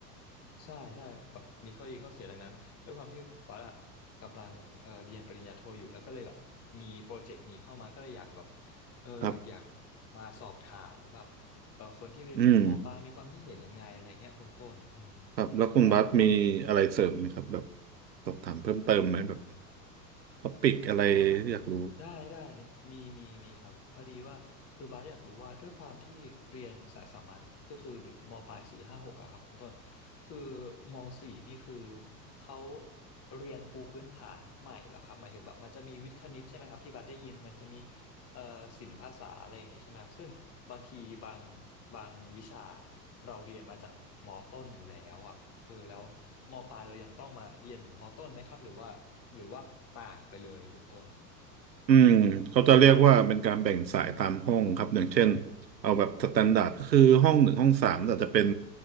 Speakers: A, on the left; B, on the right.
A: ใช่ใช่แบบมีข้อดีข้อเสียดังนั้นด้วยความที่ปัสอะกำลังเอ่อเรียนปริญญาโทอยู่แล้วก็เลยแบบมีโปรเจกต์นี้เข้ามาก็เลยอยากแบบเอออยากอยาก
B: ครับ
A: มาสอบถามแบบเออคนที่เรียนจบมปลายมีความคิดเห็นยังไงอะไรเงี้ยคนต้นอืม
B: อืม ครับแล้วคุณบัสมีอะไรเสริมไหมครับแบบ
A: นั่นแหละแต่ก็
B: สอบถามเพิ่มเติมไหมแบบท็อปิกอะไรที่อยากรู้
A: อ๋อได้ได้ได้มีมีมีครับพอดีว่าคือบาสอยากรู้ว่าด้วยความที่เรียนสายสามัญก็คือหรือมปลายสี่ห้าหกอะครับคุณต้นคือมสี่นี่คือเขาเรียนปูพื้นฐานใหม่เหรอครับหมายถึงแบบมันจะมีวิทย์คณิตใช่ไหมครับที่บัสได้ยินมันจะมีเอ่อศิลปภาษาอะไรอย่างนี้ใช่ไหมครับซึ่งบางทีบางบางวิชาเราเรียนมาจากมต้นอยู่แล้วอะ เออแล้วมปลายเรายังต้องมาเรียนเหมือนมต้นไหมครับหรือว่าหรือว่าต่างไปเลยคุณต้น
B: อืมเขาจะเรียกว่าเป็นการแบ่งสายตามห้องครับอย่างเช่น
A: อืม
B: เอาแบบสแตนดาร์ดก็คือห้องหนึ่งห้องสามแต่จะเป็น